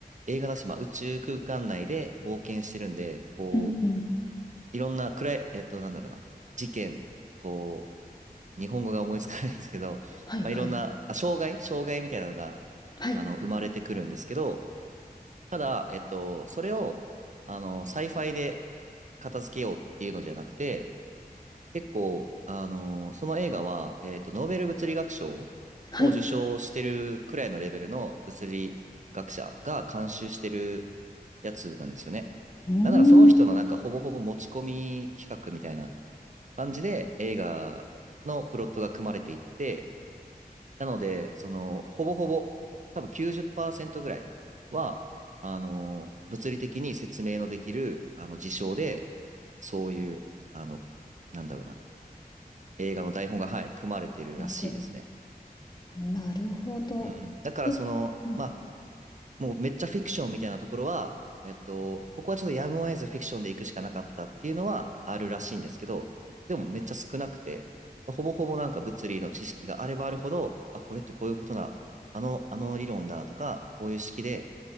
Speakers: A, on the right (about 50°); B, on the left (about 25°).
A: 映画だし、まあ、宇宙空間内で冒険してるんで、こう、
B: うんうん。
A: いろんな暗い、えっと、なんだろうな、事件、こう、日本語が思いつかないんですけど、
B: はいはい。
A: まあ、いろんな、あ、障害、障害みたいなのが、
B: はい。
A: あの、生まれてくるんですけど、ただ、えっと、それを、あの、サイファイで片付けようっていうのじゃなくて、結構、あのーその映画は、えっと、ノーベル物理学賞を受賞してるくらいのレベルの物理学者が監修してる
B: はい。
A: やつなんですよね。
B: うーん。
A: なんならその人のなんかほぼほぼ持ち込み企画みたいな感じで映画のプロットが組まれていって、なので、その、ほぼほぼ、多分90%ぐらいは、あのー物理的に説明のできる、あの、事象で、そういう、あの、なんだろうな。映画の台本が、はい、組まれてるらしいですね。
B: 生まれてる。なるほど。
A: うん。だからその、
B: え、うん、
A: まあ、もうめっちゃフィクションみたいなところは、えっと、ここはちょっとやむを得ずフィクションで行くしかなかったっていうのはあるらしいんですけど、でもめっちゃ少なくて、ほぼほぼなんか物理の知識があればあるほど、あ、これってこういうことだ、あの、あの理論だとか、こういう式で